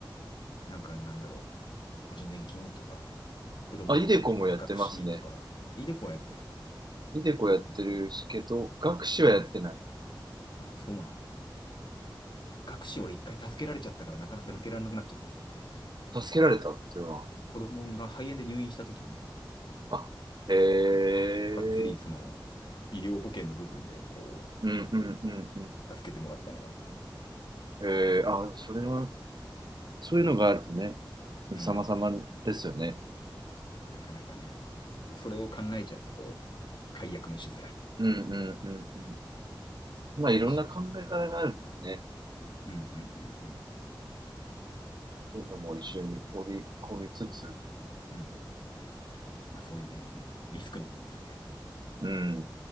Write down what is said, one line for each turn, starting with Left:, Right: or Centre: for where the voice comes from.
Left: なんかなんだろう、個人年金とか、子供の学資とか、
Right: あ、イデコもやってますね。
Left: イデコはやってんすか
Right: イデコやってるしけど、
Left: うん。
Right: 学士はやってない。
Left: うん。あ、そうなんだ。学資俺一回助けられちゃったからなかなか抜けられなくなっちゃってんですよね。
Right: 助けられたっていうのは。
Left: 子供が肺炎で入院した時に、
Right: あ、へえ。
Left: がっつりその、医療保険の部分でこ
Right: うんうんうんうん。
Left: う、助けてもらったのがあって。
Right: ええ、あ、それは、そういうのがあるとね、
Left: うん。
Right: 様々ですよね。
Left: そう、なかなかね。それを考えちゃうとこう、解約もしづらいっていう、
Right: うんうんうんうん。まあ、いろんな考え方があるもんね。
Left: 難しい。うんうんうん
Right: そういうのも一緒に織り込みつつ、
Left: うん。うん。まあそういうね、リスクの部分ですよね。
Right: うん。